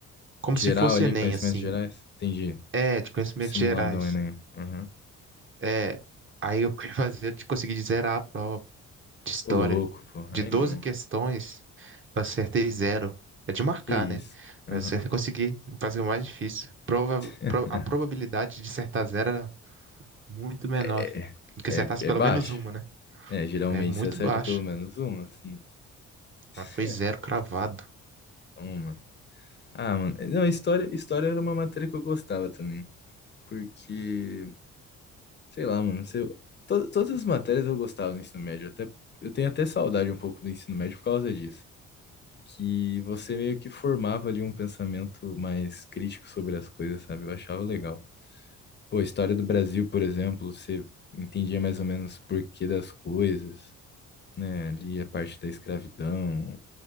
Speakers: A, on the right (about 40°); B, on the left (about 35°).
A: como
B: Geral
A: se fosse
B: ali,
A: Enem,
B: conhecimentos
A: assim.
B: gerais? Entendi.
A: É, de conhecimentos
B: Simuladão,
A: gerais.
B: Enem. Aham.
A: É, aí eu <laughs> fui fazer, eu consegui zerar a prova de história.
B: Ô, louco, porra.
A: De
B: Aí
A: 12
B: não.
A: questões, eu acertei zero. É de marcar,
B: Que isso.
A: né?
B: Aham.
A: Mas eu consegui fazer o mais difícil. Prova,
B: <laughs>
A: pro- a probabilidade de acertar zero era muito menor
B: É,
A: do que
B: é,
A: acertasse
B: é
A: pelo
B: baixo.
A: menos uma, né?
B: É, geralmente
A: É muito
B: você acerta
A: baixa.
B: pelo menos uma, assim. <laughs>
A: Mas foi zero cravado.
B: Uma. Ah, mano. eh, Não, história, história era uma matéria que eu gostava também. Porque, sei lá, mano. se- to- todas as matérias eu gostava no ensino médio. Até, eu tenho até saudade um pouco do ensino médio por causa disso. Que você meio que formava ali um pensamento mais crítico sobre as coisas, sabe? Eu achava legal. Pô, história do Brasil, por exemplo, você entendia mais ou menos o porquê das coisas, né? Ali a parte da escravidão,